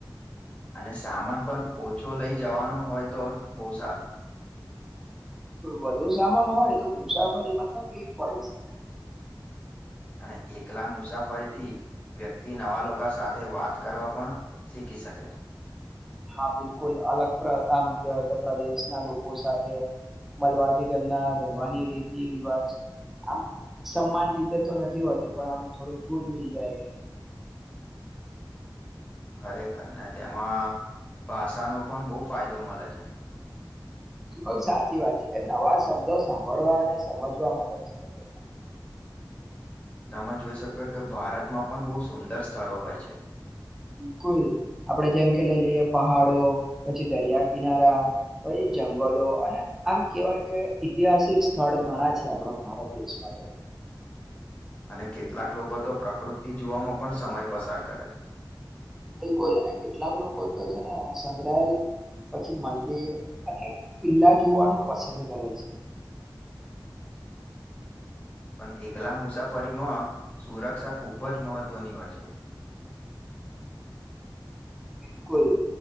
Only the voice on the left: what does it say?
અને સામાન પણ ઓછો લઈ જવાનો હોય તો બહુ સારું
અને એકલા મુસાફરીથી વ્યક્તિ નવા લોકો સાથે વાત કરવા પણ શીખી શકે <unintelligible>
<unintelligible> ખરેખર ને તેમાં ભાષાનો પણ બહુ ફાયદો મળે છે
તમે જોઈ શકો કે ભારતમાં પણ બહુ સુંદર સ્થળો હોય છે <unintelligible>
<unintelligible> અને કેટલાક લોકો તો પ્રકૃતિ જોવામાં પણ સમય પસાર કરે છે
<unintelligible> પણ એકલા મુસાફરીમાં સુરક્ષા ખૂબ જ મહત્વની હોય છે <unintelligible>